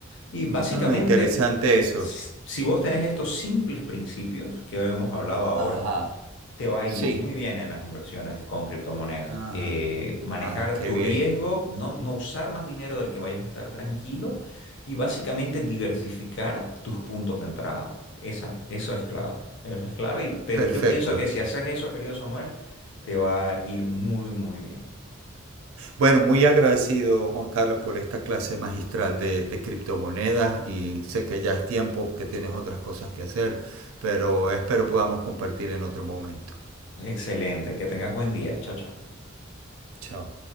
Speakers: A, on the left; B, on the right.
A: Y básicamente,
B: Ah, interesante eso.
A: si si vos tenés estos simples principios que hemos hablado ahora,
B: Ajá,
A: te va a
B: sí.
A: ir muy bien en las inversiones con criptomonedas.
B: Ah,
A: Eh, manejar
B: ah, qué
A: tu
B: bien.
A: riesgo, no, no usar más dinero del que vayas a estar tranquilo y básicamente diversificar tus puntos de entrada. Esa, eso es clave. Eso es clave, y- pero
B: Perfecto.
A: yo pienso que si haces eso, querido Samuel, te va a ir muy, muy bien.
B: Bueno, muy agradecido, Juan Carlos, por esta clase magistral de, de criptomonedas y sé que ya es tiempo, que tienes otras cosas que hacer, pero espero podamos compartir en otro momento.
A: Excelente, que tengas buen día. Chao, chao.
B: Chao.